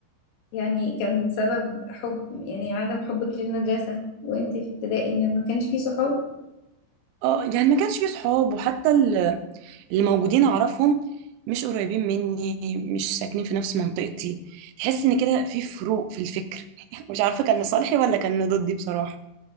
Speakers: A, on the left (about 80°); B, on the right (about 80°).
A: يعني كان سبب حب يعني عدم حبك للمدرسة وانتي في ابتدائي ان ما كانش فيه صحاب
B: اه يعني ما كانش في صحاب وحتى ال- اللي موجودين اعرفهم مش قريبين مني مش ساكنين في نفس منطقتي تحس ان كده في فروق في الفكر <laughs> مش عارفه كان لصالحي ولا كان ضدي بصراحه